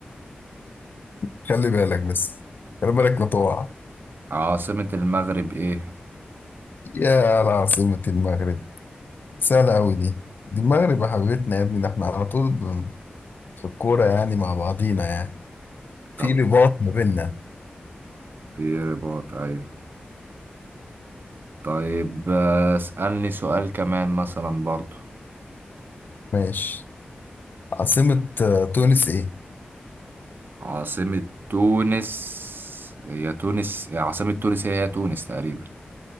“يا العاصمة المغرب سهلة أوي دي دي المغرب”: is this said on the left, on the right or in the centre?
Left